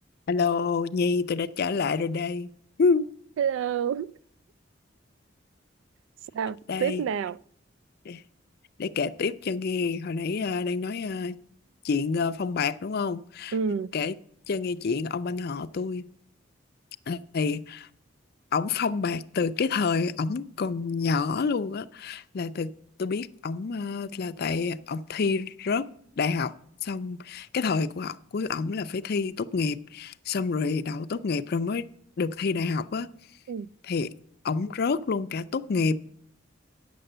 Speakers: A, on the left (about 55°); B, on the right (about 80°).
A: Alo Nhi tôi đã trở lại rồi đây <laughs>
B: Hello. Sao?
A: đây
B: Tiếp nào.
A: để, để kể tiếp cho nghe hồi nãy ờ, đang nói ờ, chuyện ờ, phong bạc đúng không
B: ừ
A: kể cho nghe chuyện ông anh họ tôi Ờ, thì ổng phong bạc từ cái thời ổng còn nhỏ luôn á là từ tôi biết ổng ờ, là tại ổng thi rớt đại học xong cái thời của ổng của ổng là phải thi tốt nghiệp xong rồi đậu tốt nghiệp rồi mới được thi đại học á
B: ừ
A: thì ổng rớt luôn cả tốt nghiệp